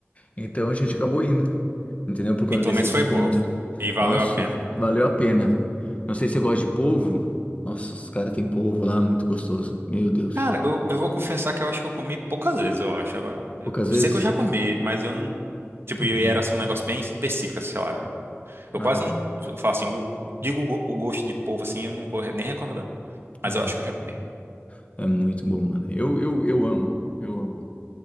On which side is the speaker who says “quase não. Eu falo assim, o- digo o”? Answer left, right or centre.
Right